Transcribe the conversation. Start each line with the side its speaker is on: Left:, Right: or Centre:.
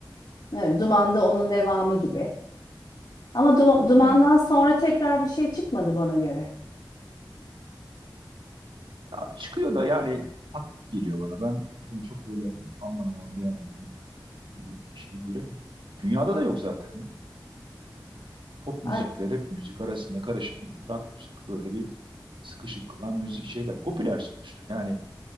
Left: Evet, Duman'da onun devamı gibi. Ama Du- Duman'dan
Right: Zaman.
Left: sonra tekrar bir şey çıkmadı bana göre.
Right: Ya çıkıyor da yani hak geliyor bana. Ben böyle çok böyle aman aman beğendiğim şeyi göremiyorum. Dünyada da yok zaten ya. Pop müzikle
Left: Ar-
Right: rap müzik arasında karışan rock müzik böyle bir sıkışık kılan müzik şeyler popüler sonuçta. Yani